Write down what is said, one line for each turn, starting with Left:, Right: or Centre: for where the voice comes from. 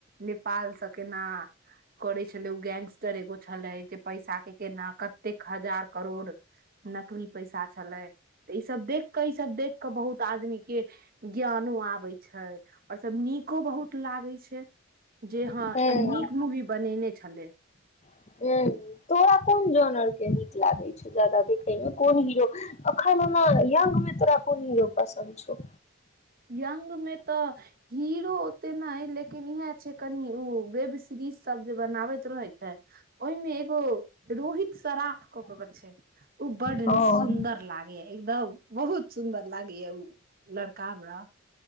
Right: नेपाल ाल सकेना करै छलै ओ गेंगस्टर एगो छलै पैसा के केना कतेक हजार करोड़ नकली पैसा छलै तऽ ई सब देख कऽ ई सब देख कऽ बहुत आदमी के ज्ञानो आबै छै और सब नीको बहुत लागे छै जे हँ
Left: हूँ
Right: नीक मूवी बनेने छलै
Left: हूँ तोरा कोन के नीक लागे छै जादाा देखे मे कोन हीरो अखन ओना यंग में तोरा कोन हीरो पसन्द छ
Right: यंग में ते हीरो ओते न ह लेकिन इहे छै कनि उ वेब सीरीज सब जे बनाबैत रहैत है ओहिमे एगो रोहित शराफ कऽ के के छै ऊ बड
Left: हँ
Right: सुंदर लागे ये एकदम बहुत सुंदर लागे या ऊ लड़का कामराा